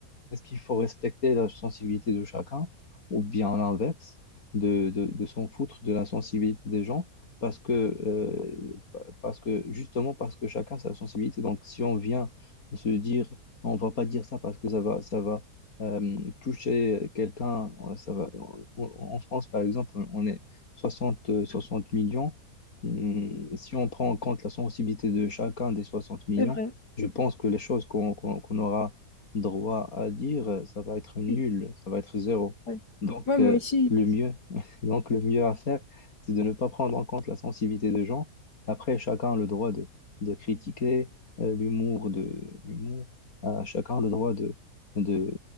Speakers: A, on the left (about 60°); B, on the left (about 85°).
A: est-ce qu'il faut respecter la sensibilité de chacun ou bien l'inverse, de, de, de s'en foutre de la sensibilité des gens parce que, euh, parce que, justement, parce que chacun a sa sensibilité. Donc, si on vient se dire on va pas dire ça parce que ça va, ça va euh, toucher quelqu'un. euh, Ça va. En, en France, par exemple, on est 60, euh, 60 millions. Hum, Si on prend en compte la sensibilité de chacun des 60 millions,
B: c'est vrai.
A: je pense que les choses qu'on qu'on- qu'on aura droit à dire, euh, ça va être nul,
B: Oui,
A: ça va être zéro.
B: ouais.
A: Donc,
B: Ouais, moi
A: euh,
B: ici,
A: le mieux, <laughs> donc le mieux à faire, c'est de ne pas prendre en compte la sensibilité des gens. Après, chacun a le droit de, de critiquer euh, l'humour de l'humour euh, chacun a le droit de, de